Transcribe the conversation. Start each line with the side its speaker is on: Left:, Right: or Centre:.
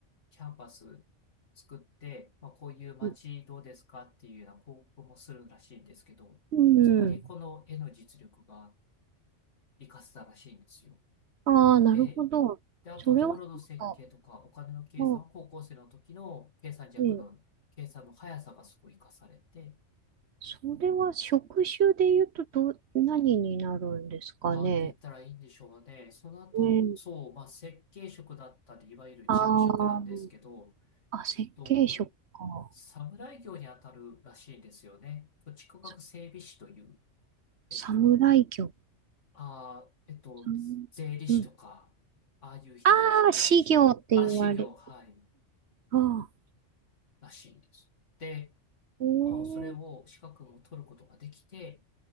Left: キャンパス作って、まあ、こういう街どうですかっていうような広告もするらしいんですけど、
Right: うん。うん。
Left: そこにこの絵の実力が活かせたらしいんですよ。
Right: ああ、なるほど。
Left: で、で、あと道路の設計とかお金の計算は高校生の時の計算弱の計算の速さがすごい活かされて、
Right: それは、なんか、まあ、ええそれは職種で言うとどう、何になるんですかね。
Left: なんて言ったらいいんでしょうね。その後、
Right: うん。
Left: そう、まあ、設計職だったり、いわゆる事務職なんですけど、
Right: ああ、あ、設計職か。
Left: えっと、侍業に当たるらしいんですよね。土地区画整備士という、
Right: さ
Left: えっと、
Right: 侍業。
Left: あー、えっと、
Right: さんうん。
Left: 税理士とか、ああいう人たちと一緒。
Right: ああ、士業って言われる。
Left: あ、士業、はい、
Right: うんあ
Left: らしいです。で、
Right: うん。
Left: まあ、それを資格も取ることができて、
Right: へえ